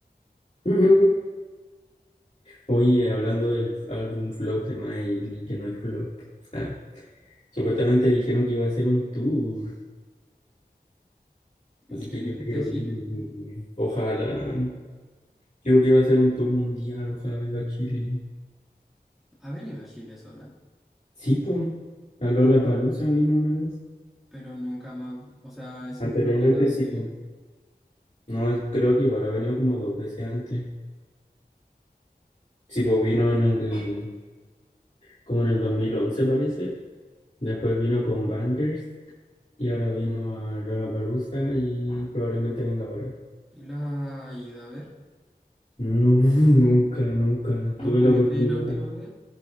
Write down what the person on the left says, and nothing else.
<laughs> Oye, hablando del álbum flop de Miley, que no es flop. Ah. Supuestamente dijeron que iba a hacer un tour,
así
que yo
quiero
ir. Ojalá. Digo que iba a hacer un tour mundial, ojalá venga a Chile.
Sí, po. A Lollapalooza vino una vez.
Anteriormente
sí,
po.
No, es- creo que igual ha venido como dos veces antes. Sí, po, vino en el, como en el 2011 parece. Después vino con Bangers y ahora vino a Lollapalooza y probablemente venga ahora.
No, <laughs> nunca, nunca
tuve
la oportunidad.